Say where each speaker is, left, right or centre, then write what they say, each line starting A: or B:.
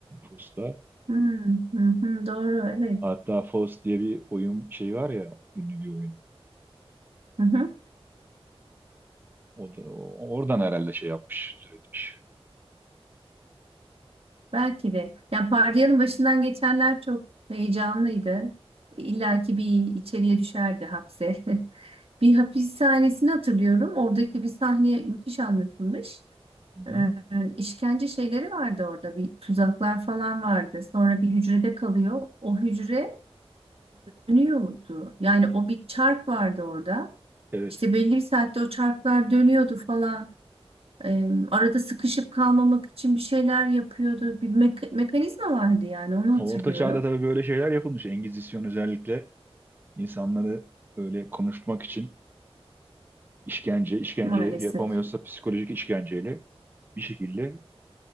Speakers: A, on the right (about 20°); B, on the right (about 65°).
A: Pusta.
B: Hmm, hı hı, doğru, evet.
A: Hatta Faust diye bir oyun şey var ya ünlü bir oyun.
B: Hı hı,
A: O da o- oradan herhalde şey yapmış, türetmiş.
B: belki de. Yani Pardiya'nın başından geçenler çok heyecanlıydı. İlla ki bir içeriye düşerdi hapse. <laughs> Bir hapishanesini hatırlıyorum. Oradaki bir sahne müthiş anlatılmış.
A: Hı hı.
B: Ee, işkence şeyleri vardı orada. Bir tuzaklar falan vardı. Sonra bir hücrede kalıyor. O hücre Dönüyordu Yani o bir çark vardı orada.
A: Evet.
B: İşte belli bir saatte o çarklar dönüyordu falan. Ee, arada sıkışıp kalmamak için bir şeyler yapıyordu. Bir meka- mekanizma vardı yani onu hatırlıyorum
A: O Orta Çağ'da tabii böyle şeyler yapılmış. Engizisyon özellikle insanları böyle konuşturmak için işkence, işkence
B: maalesef.
A: yapamıyorsa psikolojik işkenceyle bir şekilde